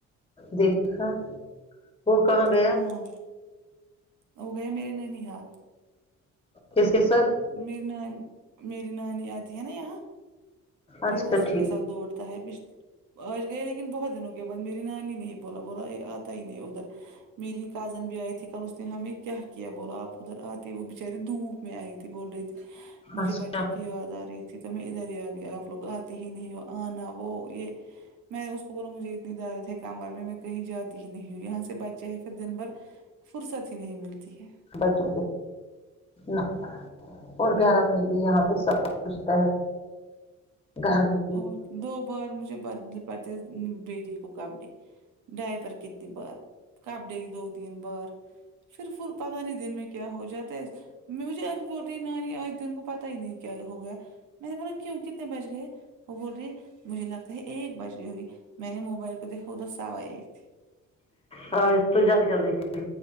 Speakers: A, on the left (about 20°); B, on the right (about 80°).
A: دیکھا وہ کہاں گئے
B: ہاں وہ گئے میرے نینی حال
A: کس کے ساتھ
B: میری نانی میری نانی آتی ہے نا یہاں پھر
A: اچھا
B: اسی
A: ٹھیک
B: کے ساتھ دوڑتا ہے وہ آج گئے لیکن بہت دنوں کے بعد میری نانی نے ہی بولا بولا یہ آتا ہی نہیں ادھر میری کزن بھی آئی تھی کل اس نے ہمیں کیا کیا بولو آپ ادھر آتے وہ بچاری دھوپ میں آئی تھی بول رہی تھی مجھے
A: اچھا
B: بچوں کی یاد آ رہی تھی تو میں ادھر ہی آ گئی آپ لوگ آتے ہی نہیں آنا وہ یہ میں اس کو بولوں مجھے اتنی درد ہے کمر میں میں کہیں جاتی ہی نہیں ہوں یہاں سے بچے ہے پھر دن بھر فرصت ہی نہیں ملتی ہے
A: بچوں کے نہ اور گرم نے بھی یہاں پہ سب سبچھ گھر میں <unintelligible>
B: اور دو بار مجھے بدلنی پڑتی ہے بیری کو کپڑے ڈائپر کتنی بار کپڑے دو تین بار پھر فر پتہ نہیں دن میں کیا ہو جاتا ہے مجھے آج بہت نیند ارہی اور تم کو پتہ ہی نہیں کیا ہو گیا میں نے بولا کیوں کتنے بج گئے وہ بول رہی مجھے لگتا ہے ایک بج گئی ہوگی میں نے موبائل کو دیکھا ادھر ساوا ایک
A: ہاں اس تو جلد جلد تھی